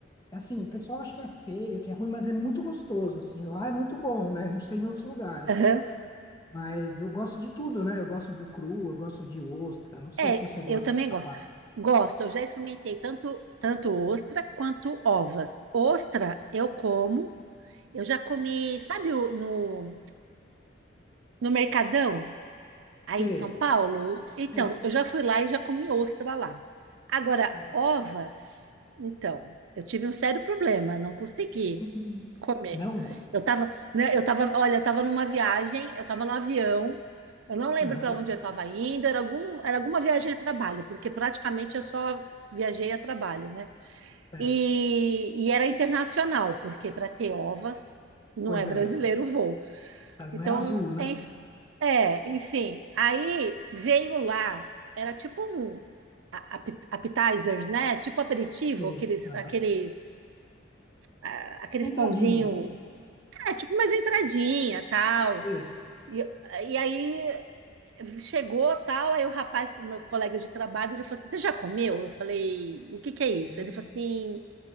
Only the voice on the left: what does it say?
Assim, o pessoal acha que é feio, que é ruim, mas é muito gostoso, assim, lá é muito bom, né? Não sei em outros lugares.
Mas eu gosto de tudo, né? Eu gosto do cru, eu gosto de ostra. Não sei
se você gosta
dessa
parte.
Sei,
sei.
<laughs>
Hum,
Não?
Aham,
certo.
Pois
é.
Ela Não
é azul, né?
Sei.
Aham.
Entradinha.
Sei.
Hum,